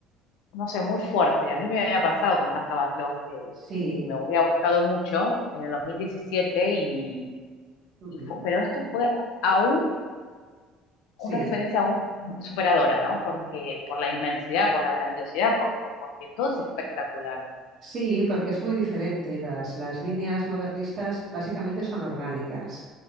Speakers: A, on the left; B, on the right.
A: no sé, muy fuerte. A mí me había pasado con Casa Backlog, que,
B: Sí,
A: que me había gustado mucho en el 2017, y,
B: ujú,
A: y fu- pero esto fue aún
B: sí.
A: una experiencia aún superadora, ¿no? Porque por la inmensidad, por la grandiosidad, por, por- porque todo es espectacular.
B: Sí, porque es muy diferente. Las, las líneas modernistas básicamente son orgánicas.